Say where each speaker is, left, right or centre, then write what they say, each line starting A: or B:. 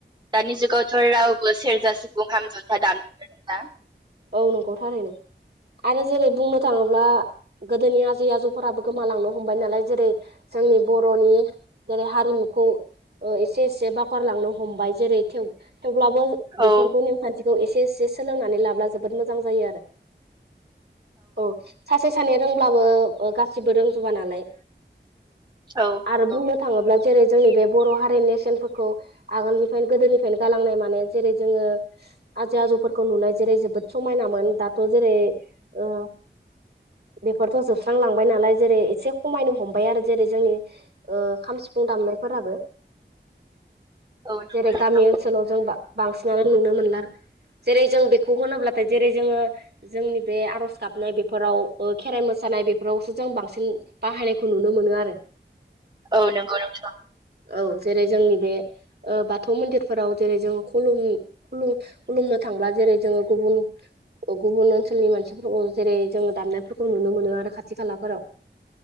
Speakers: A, on the right; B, on the right.
A: दानि जुगावथ' रावबो सेरजा, सिफुं, खाम, जथा दामनो रोंला।
B: औ नंगौ थारैनो। आरो जेरै बुंनो थाङोब्ला गोदोनि आजै-आजौफोराबो गोमालांनो हमबाय नालाय जेरै जोंनि बर'नि जेरै हारिम खौ ओ एसे सेबाफोर लांनो हमबाय जेरै थेव थेवब्लाबो बेफोरखौ
A: औ
B: नेमखान्थि खौ एसे-एसे सोलोंनानै लाब्ला जोबोद मोजां जायो आरो औ सासे, सानै रोंब्लाबो गासिबो रोंजोबा नालाय
A: औ
B: आरो
A: नंगौ
B: बुंनो थाङोब्ला जेरै जोंनि बे बर' हारिनि नेरसोनफोरखौ आगोलनिफ्रायनो, गोदोनिफ्रायनो गालांनाय माने जेरै जोङो आजै-आजौफोरखौ नुनाय जेरै जोबोद समायनामोन दाथ' जेरै ओ बेफोरथ' जोबस्रांलांबाय नालाय जेरै एसे खमायनो हमबाय आरो जेरै जोंनि ओ खाम, सि फुं दामनायफोराबो
A: औ नंगौ
B: जेरै
A: नोंथां
B: गामि ओनसोलाव जों बा बांसिनानो नुनो मोनला जेरै जों बेखौ होनोब्ला जेरै जोङो जोंनि बे आर'ज गाबनाय बेफोराव, ओ खेराइ मोसानाय बेफोरावसो जों बांसिन बाहायनायखौ नुनो मोनो आरो
A: औ नंगौ नोंथां।
B: औ जेरै जोंनि बे ओ बाथौ मन्दिरफोराव जेरै जों खुलुम खुलु खुलुमनो थांब्ला जेरै जोङो गुबुन, गुबुन ओनसोलनि मानसिफोरखौ जेरै जोङो दामनाय फोरखौ नुनो मोनो आरो खाथि-खालाफोराव।